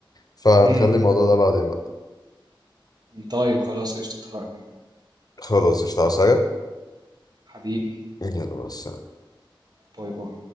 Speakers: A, on the left; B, on the right.
A: فنخلي
B: امم
A: الموضوع ده بعدين بقى
B: طيب خلاص قشطة اتفقنا
A: خلاص مش عاوز حاجه
B: حبيبي
A: يلا بس
B: باي باي